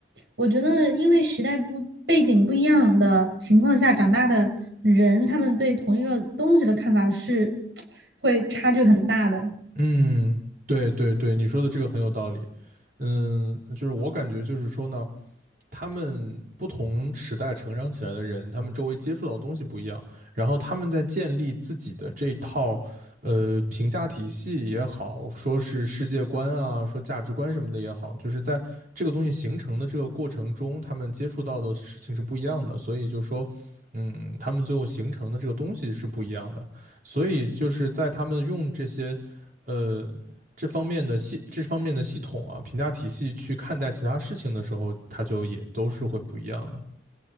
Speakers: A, on the right; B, on the right.
A: 我觉得，因为时代不背景不一样的情况下长大的人，他们对同一个东西的看法是 <tsk> 会差距很大的。
B: 嗯，对对对，你说的这个很有道理。嗯，就是我感觉就是说呢，他们不同时代成长起来的人，他们周围接触到的东西不一样，然后他们在建立自己的这套呃评价体系也好，说是世界观啊，说价值观什么的也好，就是在这个东西形成的这个过程中，他们接触到的事情是不一样的，所以就说。嗯，他们最后形成的这个东西是不一样的，所以就是在他们用这些，呃，这方面的系这方面的系统啊，评价体系去看待其他事情的时候，它就也都是会不一样的。